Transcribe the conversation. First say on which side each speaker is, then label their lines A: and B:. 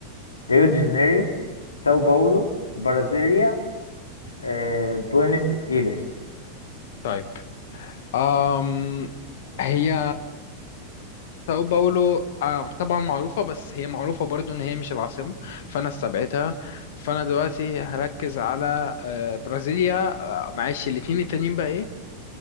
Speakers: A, on the left; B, on the left.
A: ريو دي جانيرو ساو باولو برازيليا آه، بوينس إيرس
B: طيب أم هي ساو باولو آه، طبعا معروفة بس هي معروفة برضو ان هي مش العاصمة فانا استبعدتها فانا دلوقتي هركز على آه، برازيليا آه، معلش الاتنين التانيين بقى ايه